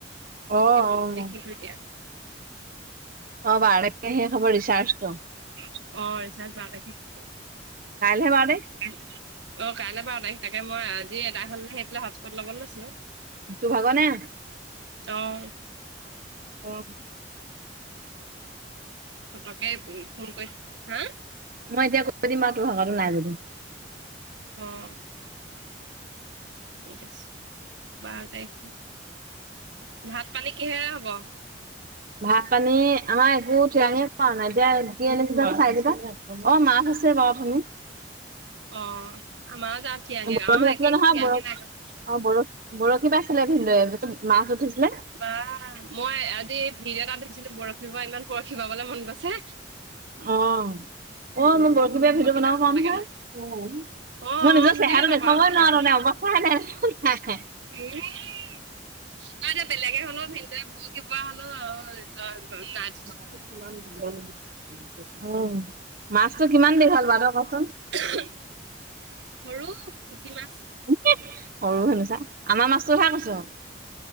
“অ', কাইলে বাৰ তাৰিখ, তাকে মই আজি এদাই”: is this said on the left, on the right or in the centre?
Right